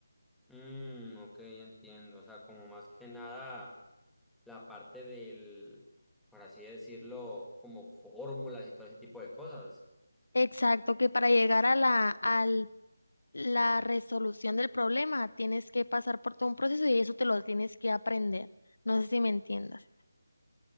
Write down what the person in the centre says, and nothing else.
Mm, ok, ya entiendo. O sea, como más que nada la parte del, por así decirlo, como fórmulas y todo ese tipo de cosas.